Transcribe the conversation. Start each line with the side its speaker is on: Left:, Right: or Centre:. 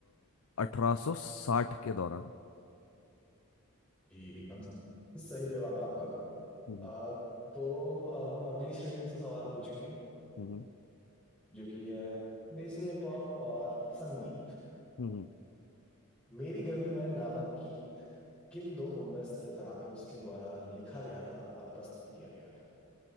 Left: अठारह सौ साठ के दौरान
Centre: ये एकदम सही जवाब है आपका
Left: हम्म
Centre: अ, तो अब हम अगली श्रेणी से सवाल पूछेंगे
Left: हम्म
Centre: जो कि है देसी हिप हॉप और संगीत
Left: हम्म।
Centre: मेरी गली में नामक गीत किन दो मुंबई स्थित रैपर्स के द्वारा लिखा गया था और प्रस्तुत किया गया था